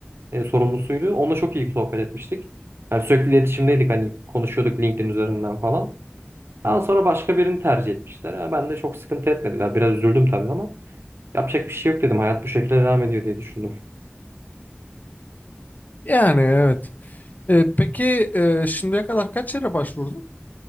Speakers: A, on the right (about 80°); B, on the left (about 45°).
A: e, sorumlusuydu. Onunla çok iyi sohbet etmiştik. Yani sürekli iletişimdeydik hani konuşuyorduk LinkedIn üzerinden falan. Daha sonra başka birini tercih etmişler. Yani ben de çok sıkıntı etmediler. Biraz üzüldüm tabii ama yapacak bir şey yok dedim. Hayat bu şekilde devam ediyor diye düşündüm.
B: Yani evet. E, peki e, şimdiye kadar kaç yere başvurdun?